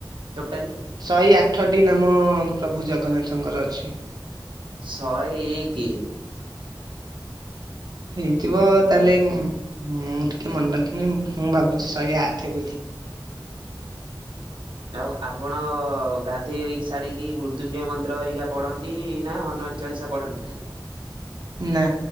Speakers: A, on the right; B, on the right.
A: ଟୋଟାଲି?
B: ଶହେ ଆଠଟି ନାମ ପ୍ରଭୁ ଜଗନ୍ନାଥଙ୍କର ଅଛି।
A: ଶହେ ଏକ।
B: ହେଇଥିବ ତାହେଲେ ମୁଁ ମୁଁ ଟିକେ ମନେ ରଖିନି ମୁଁ ମୁଁ ଭାବୁଛି ଶହେ ଆଠେ ବୋଲି।
A: ଆଉ ଆପଣ ଗାଧେଇ ହୋଇକି ସା ସାରିକି ମୃତ୍ୟୁଞ୍ଜୟ ମନ୍ତ୍ର ହରିକା ପଢ଼ନ୍ତି ନା ହନୁମାନ ଚାଳିଶା ପଢ଼ନ୍ତି ନା
B: ନା